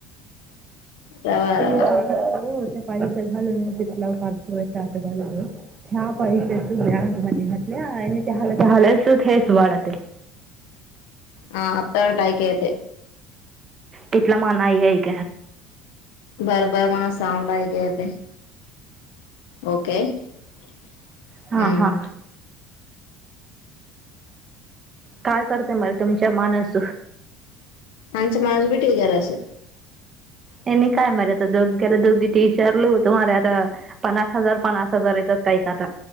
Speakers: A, on the left (about 80°); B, on the right (about 35°).
A: रवा
B: तेथे
A: रवा
B: पाणी च हल पितितला खच व ब ह्या पैसे ब घातल्या आणिहाहाच वा खात
A: ह हत टय कायेत
B: तेथला मानयय क
A: बार बार मला साऊंड लाय ग्या ते ओके हम्म
B: हां हां काय करते मर तुमच्या मानास
A: आचा माणूस भीठचर असं
B: आणिनी काय मर आता दोघ्याला दोघी ते विचारल होतु मला आता पन्नास हजार पननास हजार येत काय काात